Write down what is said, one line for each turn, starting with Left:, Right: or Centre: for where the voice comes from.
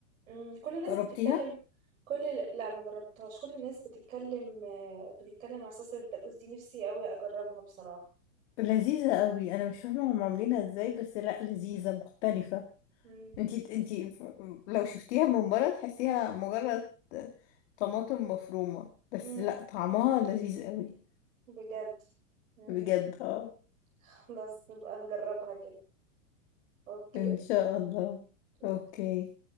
Right: أمم، كل الناس
Left: جربتيها
Right: بتتكلم كل لا ما جربتهاش كل الناس بتتكلم آه، بتتكلم على صلصة الدقوس دي نفسي قوي أجربها بصراحة
Left: لذيذة قوي انا مش فاهمة هم عاملينها ازاي بس لا لذيذة مختلفة
Right: مم.
Left: انتي انتي ف- لو شفتيها من بره تحسيها مجرد طماطم مفرومة بس
Right: مم.
Left: لا طعمها لذيذ قوي
Right: بجد مم.
Left: بجد اه
Right: <laughs> خلاص نبقى نجربها كده اوكي
Left: ان شاء الله
Right: أوكي.
Left: اوكي